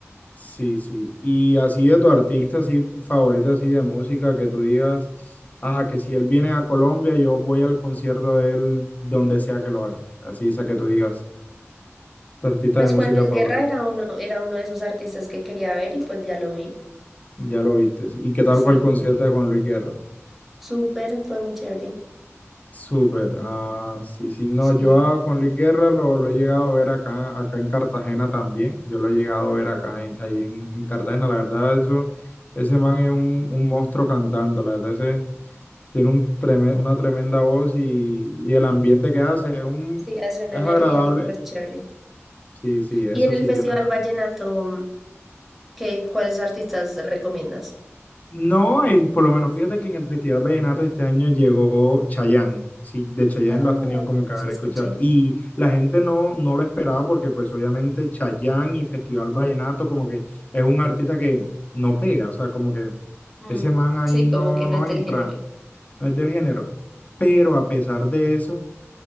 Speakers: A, on the left; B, in the centre.
A: Sí, sí. Y así de tu artista, así favorito, así de música, que tú digas, ah, que si él viene a Colombia, yo voy al concierto de él donde sea que lo hagan. Así esa que tú digas, tu artista
B: Pues
A: de música
B: Juan Luis
A: favorito,
B: Guerra era uno, era uno de esos artistas que quería ver y pues ya lo vi.
A: ya lo viste. ¿Y qué
B: Pues
A: tal
B: sí,
A: fue el concierto
B: bien.
A: de Juan Luis Guerra?
B: Súper, fue muy chévere.
A: Súper. Ah, sí, sí. No,
B: Sí.
A: yo a Juan Luis Guerra lo, lo he llegado a ver acá, acá en Cartagena también. Yo lo he llegado
B: Ujú.
A: a ver acá, en- ahí en, en Cartagena. La verdad, eso, ese man es un, un monstruo cantando, la verdad, ese. tiene un treme- una tremenda voz y, y el ambiente que hace es, un,
B: Sí, hace una
A: es
B: energía
A: agradable.
B: súper chévere.
A: Sí, sí, eso
B: Y en el
A: sí
B: Festival
A: tiene. ra-
B: Vallenato ¿Qué, cuáles artistas recomiendas?
A: No, el, por lo menos fíjate que en el Festival Vallenato este año llegó Chayanne. Sí, de Chayanne
B: Ah,
A: lo has tenido como que haber
B: sí, escuché.
A: escuchado. Y la gente no, no lo esperaba porque pues obviamente Chayanne y Festival Vallenato como que es un artista que no pega, o sea, como que
B: Mm,
A: ese man ahí
B: sí, como
A: no,
B: que no
A: no
B: es del
A: entra,
B: género,
A: no es del género. Pero a pesar de eso